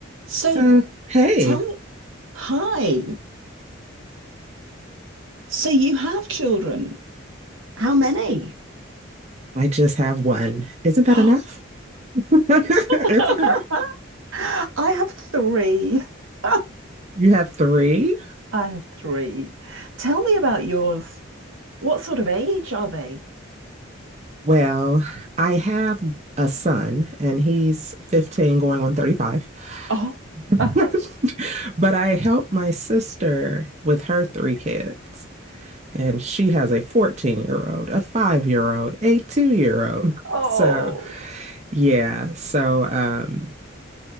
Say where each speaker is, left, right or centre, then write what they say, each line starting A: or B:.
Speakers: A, on the right; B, on the right.
A: So
B: So, hey,
A: tell me, hi. So you have children? How many?
B: I just have one. Isn't that
A: <gasps>
B: enough? <laughs> Isn't that
A: <laughs>
B: enough?
A: I have three. <laughs>
B: You have three?
A: I have three. Tell me about yours. What sort of age are they?
B: Well, I have a son and he's 15 going on 35.
A: Oh.
B: <laughs>
A: <laughs>
B: But I help my sister with her three kids, and she has a 14 year old, a five year old, a two year old.
A: Oh,
B: So, yeah. So, um,